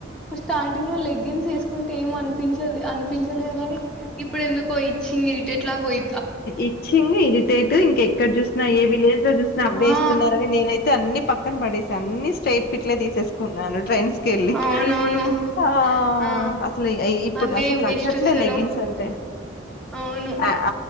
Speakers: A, in the centre; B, on the left.
A: స్టార్టింగ్ లో లెగ్గింగ్స్ ఏసుకుంటే ఏం అనిపించది అని ప్పించలేదు గాని ఇప్పుడు ఎందుకు ఇచ్చింగ్ ఇరిటేట్లాగా పోయి
B: ఇచ్చింగ్ ఇరిటేట్ ఇంకెక్కడ చూసినా ఏ విలేజ్ లో చూసినా అవే
A: ఆ
B: ఇస్తున్నారని నేనైతే అన్ని పక్కన పడేసాను అన్ని స్ట్రైట్ ఫిట్లే తీసేసుకున్నాను ట్రెండ్స్ కెళ్ళి
A: అవునవును
B: ఆ
A: ఆ
B: అసలు ఇప్పుడు
A: అదే
B: అసలు నచ్చట్లేదు
A: బెస్ట్ అసలు
B: లెగ్గిన్స్ అంటే
A: అవును
B: ఆహ్